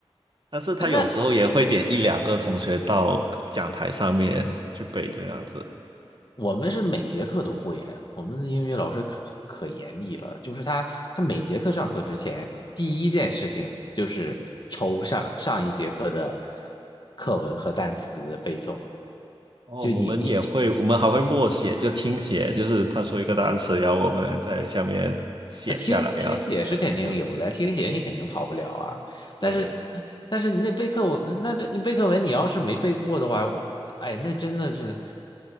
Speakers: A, on the right; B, on the left.
A: 但是他有时候也会点一两个同学到讲台上面去背这样子。
B: <laughs> 那我们是每节课都会耶，我们的英语老师可可严厉了，就是他他每节课上课之前，第一件事情就是抽上上一节课的课文和单词的背诵。
A: 哦，
B: 就你你你
A: 我们也会，我们还会默写，就听写，就是他说一个单词，然后我们在下面写下来，
B: 啊，听听写是肯定有的，
A: 然后这样这样，
B: 听写你肯定跑不了啊。
A: 对对，
B: 但是但是你那背课文，那这你背课文，你要是没背过的话，我哎，那真的是，